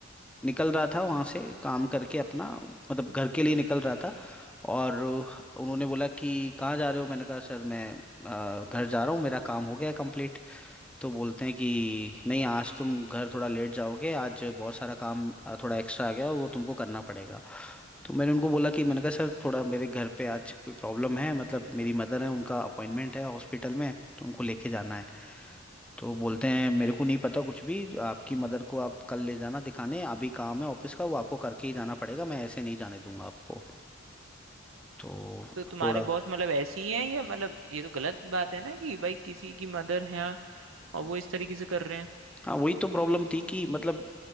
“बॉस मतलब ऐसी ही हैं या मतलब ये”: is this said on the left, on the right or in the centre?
Right